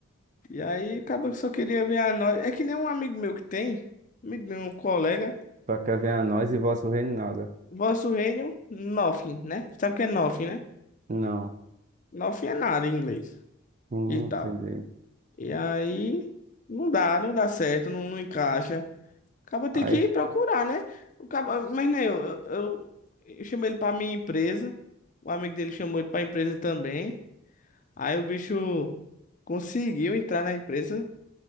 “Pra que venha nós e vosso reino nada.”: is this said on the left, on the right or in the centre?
Right